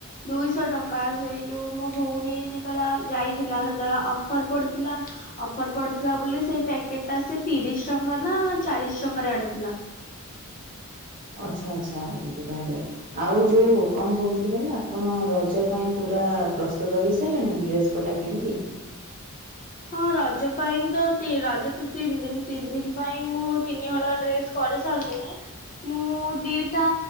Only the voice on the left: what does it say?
ଦୁଇଶହ ଟଙ୍କା ସେଇ ଯୋଉ ମୋ ଭଉଣୀ ଯେତବେଳେ ଯାଇଥିଲା ସେତବେଳେ ଅଫର ପଡିଥିଲା। ଅଫର ପଡିଥିଲା ବୋଲି ସେଇ ପ୍ୟାକେଟ ଟା ସେ ତିରିଶ ଟଙ୍କା ନା ଚାଳିଶ ଟଙ୍କାରେ ଆଣିଥିଲା।
ହଁ ରଜ ପାଇଁ ତ ତି ରଜ ତ ତିନି ଦିନ ତିନି ଦିନ ପାଇଁ ମୁଁ ତିନିହଳ ଡ୍ରେସ୍ କରି ସାରିସାଲିଣି ମୁଁ ଦି ଟା